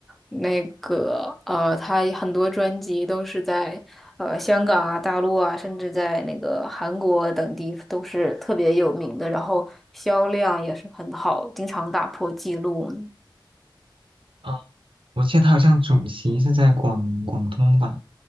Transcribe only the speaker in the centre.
那个呃，他很多专辑都是在呃香港啊、大陆啊，甚至在那个韩国等地都是特别有名的，然后销量也是很好，经常打破记录。